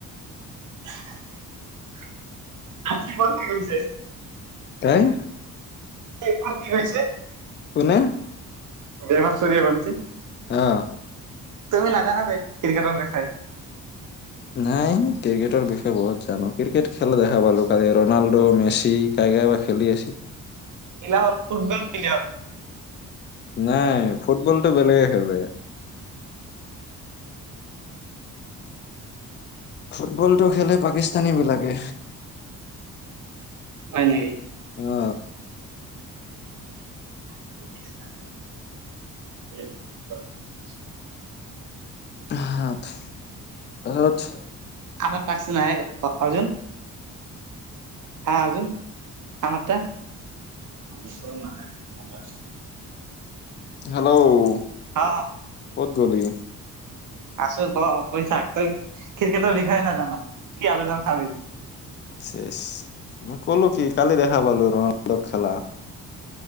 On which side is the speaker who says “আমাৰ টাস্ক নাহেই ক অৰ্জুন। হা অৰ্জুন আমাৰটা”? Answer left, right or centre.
Right